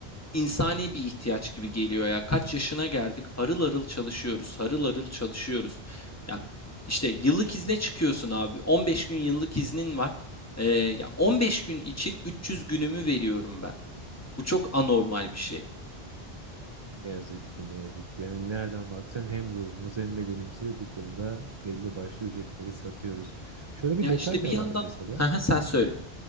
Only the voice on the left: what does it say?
insani bir ihtiyaç gibi geliyor ya. Kaç yaşına geldik? Harıl harıl çalışıyoruz, harıl harıl çalışıyoruz. Ya işte yıllık izne çıkıyorsun abi. 15 gün yıllık iznin var. Ee, ya 15 gün için 300 günümü veriyorum ben. Bu çok anormal bir şey.
Yani
işte
bir yandan
<laughs> Hı hı, sen
söyle.